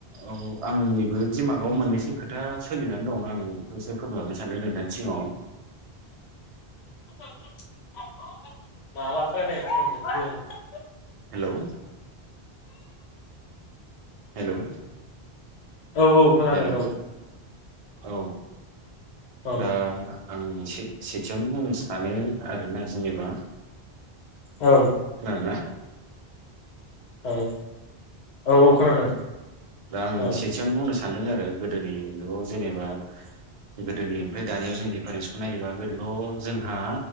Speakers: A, on the right; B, on the left.
A: औ आंनिबो दिमागाव मोन मोनससे खोथा सोलिनानै दं आं बेखौसो फोरमायहरनो सानदों नोंथांनि सिङाव
B: <inaudible>
A: हेलौ? हेलौ?
B: औ औ खोनादों
A: हेलौ
B: औ।
A: औ
B: औ
A: दा आं एसे सेथियावनो बुंनो सानो आरोना जेनेबा
B: औ
A: खोनादों ना?
B: औ औ औ खोनादों।
A: दा आं
B: औ
A: सेथियावनो बुंनो सानदों आरो गोदोनि जुगाव जेनेबा गोदोनि ओमफ्राय दानियाव जों दिफारेन्स नायोबा गोदोथ' जोंहा